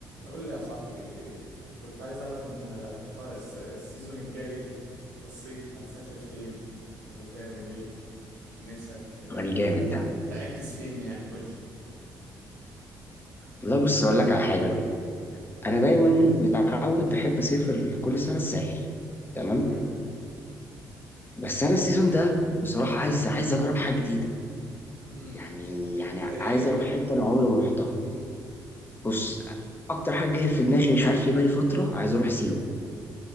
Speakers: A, on the right; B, on the left.
A: قول لي يا صاحبي كنت عايز اعرف انت الف... الس- السيزون الجاي في الصيف هتسافر فين ناوي تعمل ايه نفسك آه،
B: الجامد ده
A: تأجز فين يعني قول لي
B: والله بص اقول لك على حاجه بقى. انا دايما متعود بحب اسافر كل سنه الساحل تمام
A: تمام
B: بس انا السيزون ده بصراحه عايز عايز اجرب حاجه جديده
A: امم
B: يعني يعني
A: زي ايه
B: عايز اروح
A: قول
B: حته
A: لي
B: انا عمري ما رحتها
A: امم
B: بص اكتر حاجه جايه في دماغي مش عارف ليه بقالي فتره عايز اروح سيوه